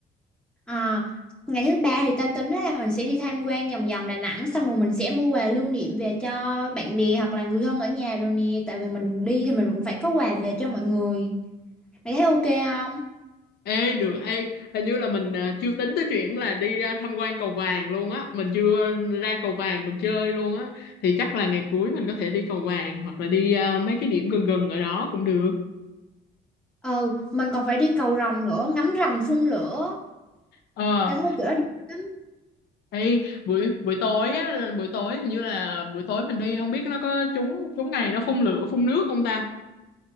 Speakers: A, in the centre; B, on the left.
A: Ờ, ngày thứ ba thì tao tính là mình sẽ đi tham quan vòng vòng Đà Nẵng xong rồi mình sẽ mua quà lưu niệm về cho bạn bè hoặc là người thân ở nhà rồi nè, tại vì mình đi thì mình cũng phải có quà về cho mọi người. Mày thấy ok không?
B: Ê, được. Ê, hình như là mình ờ, chưa tính tới chuyện là đi ờ, tham quan cầu vàng luôn á. Mình chưa ra cầu vàng mình chơi luôn á. Thì chắc là ngày cuối mình có thể đi cầu vàng hoặc là đi ờ, mấy cái điểm gần gần ở đó cũng được.
A: Ừ, mình còn phải đi cầu rồng nữa, ngắm rồng phun lửa.
B: Ờ,
A: Tao thấy chỗ đó đẹp
B: ê, buổi buổi tối á, là buổi tối hình như là buổi tối mình đi không biết nó có trúng trúng ngày nó phun lửa phun nước không ta?